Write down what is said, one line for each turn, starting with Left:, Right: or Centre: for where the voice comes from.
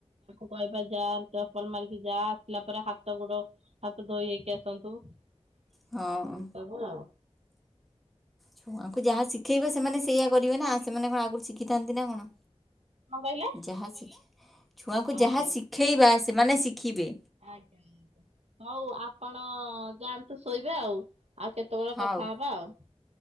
Right: କୋଇବା ଯା ଚପଲ ମାଡ଼ିକି ଯା। ଆସିଲା ପରେ ହାତ ଗୋଡ ହାତ ଧୋଇ ହେଇକି ଆସନ୍ତୁ ଏମିତି
Centre: ହଁ।
Right: ସବୁ ହଁ।
Centre: ଛୁଆଙ୍କୁ ଯାହା ଶିଖେଇବା ସେମାନେ ସେଇଆ କରିବେ ନା ସେମାନେ କଣ ଆଗରୁ ଶିଖିଥାନ୍ତି ନା କଣ।
Right: କଣ କହିଲେ
Centre: ଯାହା ଶିଖି ଛୁଆଙ୍କୁ
Right: ଆଜ୍ଞା।
Centre: ଯାହା ଶିଖେଇବା ସେମାନେ ଶିଖିବେ।
Right: ଆଜ୍ଞା ହଉ ଆପଣ ଜାଆନ୍ତୁ ଶୋଇବେ ଆଉ। ଆଉ କେତେବେଳେ
Centre: ହଉ
Right: କଥା ହବା ଆଉ